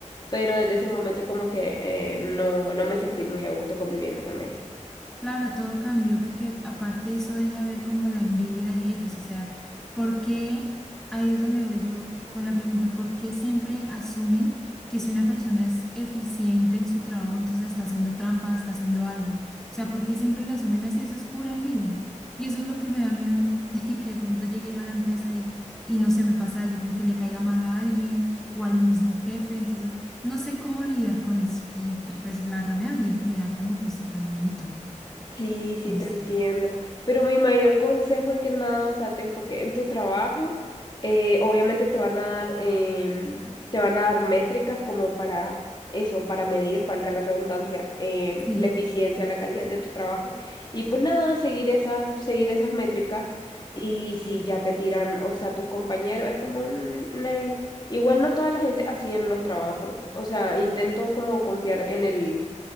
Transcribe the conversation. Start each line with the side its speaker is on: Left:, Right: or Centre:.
Left: pero desde ese momento como que eh, no, no me sentí muy a gusto conviviendo con ellos.
Centre: Claro, todo cambió porque aparte eso deja ver como la envidia de ellos, o sea, ¿por qué? Ahí es donde voy yo con la pregunta, ¿por qué siempre asumen que si una persona es eficiente en su trabajo, entonces está haciendo trampa, está haciendo algo? O sea, ¿por qué siempre lo asumen así? Eso es pura envidia. Y eso es lo que me da miedo a mí, <laughs> que de pronto llegue yo a la empresa y, y no se me pase algo, como que le caiga mal a alguien o al mismo jefe, entonces no sé cómo lidiar con eso. Y, y pues la verdad me da, mie- me da como cosita, miedito.
Left: Sí, sí,
Centre: No
Left: te
Centre: sé.
Left: entiendo. Pero mi mayor consejo es que nada, o sea, te enfoques en tu trabajo. Eh, obviamente te van a dar, em, te van a dar métricas como para eso, para medir, valga la redundancia, em,
Centre: Sí.
Left: la eficiencia, la calidad de tu trabajo. Y pues nada, seguir esas, seguir esas métricas. Y si ya te tiran, o sea, tus compañeros, es como, "Mm, nel". Igual no toda la gente así en los trabajos. O sea, intento como confiar en el